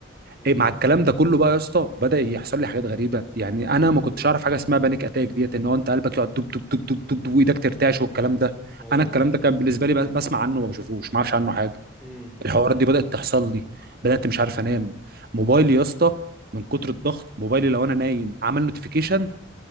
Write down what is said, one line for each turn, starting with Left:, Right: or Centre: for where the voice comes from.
Centre: امم
Right: ايه مع الكلام ده كله بقى يا اسطى بدأ يحصل لي حاجات غريبه يعني انا ما كنتش اعرف حاجه اسمها بانيك اتاك ديت ان هو انت قلبك يقعد دب دب دب دب دب وايدك ترتعش والكلام ده
Centre: ايوه
Right: انا الكلام
Centre: ايوه.
Right: ده كان بالنسبه لي ب- بسمع عنه وما بشوفوش ما اعرفش عنه حاجه
Centre: امم
Right: الحوارات دي بدأت تحصل لي بدأت مش عارف انام موبايلي يا اسطى من كتر الضغط موبايلي لو انا نايم عمل نوتيفيكيشن